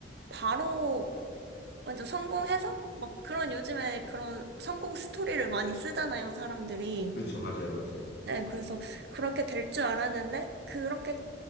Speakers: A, on the right (about 65°); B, on the left (about 65°).
A: 바로 완전 성공해서 막 그런 요즘에 그런 성공 스토리를 많이 쓰잖아요, 사람들이.
B: 그렇죠. 맞아요. 맞아요.
A: 네, 그래서 그렇게 될 줄 알았는데 그렇게